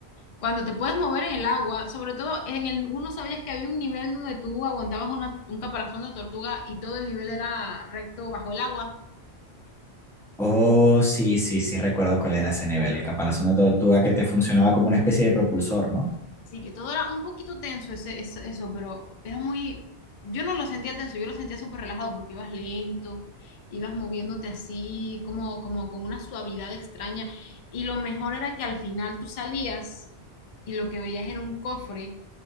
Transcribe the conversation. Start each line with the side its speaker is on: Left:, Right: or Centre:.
Left: cuando te puedes mover en el agua, sobre todo en el uno sabías que había un nivel donde tú aguantabas una- un caparazón de tortuga y todo el nivel era recto bajo el agua.
Centre: Oh, sí, sí, sí, recuerdo cuál era ese nivel, el caparazón de tortuga que te funcionaba como una especie de propulsor, ¿no?
Left: Sí, que todo era un poquito tenso ese, ese- eso, pero era muy... Yo no lo sentía tenso, yo lo sentía súper relajado porque ibas lento, ibas moviéndote así, como, como con una suavidad extraña. Y lo mejor era que al final tú salías y lo que veías era un cofre